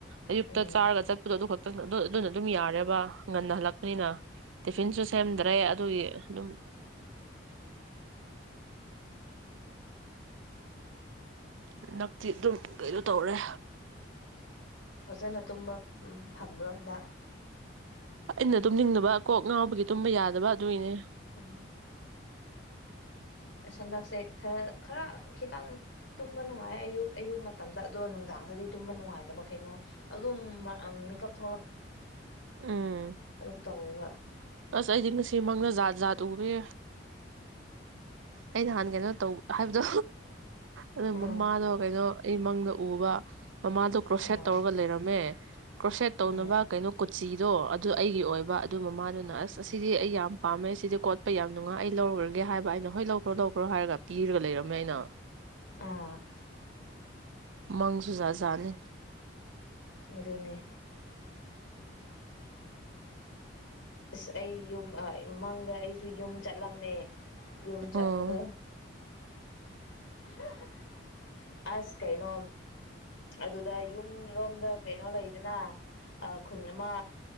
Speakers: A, on the right; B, on the left.
A: ꯑꯌꯨꯛꯇ
B: ꯎꯝ
A: ꯆꯥꯔꯒ ꯆꯠꯄꯗꯣ ꯑꯗꯨꯈꯛ ꯑꯗꯨꯅ ꯑꯗꯨꯝ ꯌꯥꯔꯦꯕ ꯉꯟꯅ ꯍꯜꯂꯛꯄꯅꯤꯅ ꯇꯤꯐꯤꯟꯁꯨ ꯁꯦꯝꯗ꯭ꯔꯦ ꯑꯗꯨꯒꯤ ꯑꯗꯨꯝ ꯍꯟꯗꯛꯇꯤ ꯑꯗꯨꯝ ꯀꯩꯅꯣ ꯇꯧꯔꯦ
B: ꯐꯖꯅ ꯇꯨꯝꯕ ꯎꯝ ꯐꯪꯕ꯭ꯔꯣ ꯍꯟꯗꯛ
A: ꯑꯩꯅ ꯇꯨꯝꯅꯤꯡꯗꯕ ꯀꯣꯛ ꯉꯥꯎꯕꯒꯤ ꯇꯨꯝꯕ ꯌꯥꯗꯕ ꯑꯗꯨꯒꯤꯅꯦ
B: ꯎ‌ꯝ ꯍꯟꯗꯛꯁꯦ ꯈꯔ ꯈꯔ ꯈꯤꯇꯪ ꯇꯨꯝꯕ ꯅꯨꯡꯉꯥꯏ ꯑꯌꯨꯛ ꯑꯌꯨꯛ ꯃꯇꯝꯗ ꯑꯗꯣ ꯅꯨꯡꯗꯥꯡꯗꯗꯤ ꯇꯨꯝꯕ ꯅꯨꯡꯉꯥꯏꯇꯕ ꯀꯩꯅꯣ ꯑꯗꯨꯝ ꯃꯤꯀꯞ ꯊꯣꯛꯂꯛ
A: ꯎꯝ
B: ꯑꯗꯨꯝ ꯇꯧꯋꯦꯕ
A: ꯑꯁ ꯑꯩꯗꯤ ꯉꯁꯤ ꯃꯪꯗ ꯖꯥꯠ ꯖꯥꯠ ꯎꯔꯦ ꯑꯩ ꯅꯍꯥꯟ ꯀꯩꯅꯣ ꯇꯧ ꯍꯥꯏꯕꯗꯣ ꯑꯗꯨ
B: ꯎꯝ
A: ꯃꯃꯥꯗꯣ ꯀꯩꯅꯣ ꯑꯩ ꯃꯪꯗ ꯎꯕ ꯃꯃꯥꯗꯣ ꯀ꯭ꯔꯣꯁꯦꯠ
B: ꯑꯥꯎ
A: ꯇꯧꯔꯒ ꯂꯩꯔꯝꯃꯦ ꯀ꯭ꯔꯣꯁꯦꯠ ꯇꯧꯅꯕ
B: ꯎꯝ
A: ꯀꯩꯅꯣ ꯀꯨꯆꯤꯗꯣ ꯑꯗꯨ ꯑꯩꯒꯤ ꯑꯣꯏꯕ ꯑꯗꯨ ꯃꯃꯥꯗꯨꯅ ꯑꯁ ꯑꯁꯤꯗꯤ ꯑꯩ ꯌꯥꯝ ꯄꯥꯝꯃꯦ ꯁꯤꯗꯤ ꯀꯣꯠꯄ ꯌꯥꯝ ꯅꯨꯡꯉꯥꯏ ꯑꯩ ꯂꯧꯈ꯭ꯔꯒꯦ ꯍꯥꯏꯕ ꯑꯩꯅ ꯍꯣꯏ ꯂꯧꯈ꯭ꯔꯣ ꯂꯧꯈ꯭ꯔꯣ ꯍꯥꯏꯔꯒ ꯄꯤꯔꯒ ꯂꯩꯔꯝꯃꯦ ꯑꯩꯅ
B: ꯑ
A: ꯃꯪꯁꯨꯨ ꯖꯥꯠ ꯖꯥꯠꯅꯦ
B: ꯑꯗꯨꯅꯦ ꯑꯁ ꯑꯩ ꯌꯨꯝ ꯃꯪꯗ ꯑꯩꯁꯨ ꯌꯨꯝ ꯆꯠꯂꯝꯃꯦ ꯌꯨꯝꯆꯠꯄꯗ
A: ꯎꯝ
B: <unintelligible> ꯑꯁ ꯀꯩꯅꯣ ꯑꯗꯨꯗ ꯌꯨꯝꯔꯣꯝꯗ ꯀꯩꯅꯣ ꯂꯩꯗꯅ ꯈꯨꯟ ꯑꯃ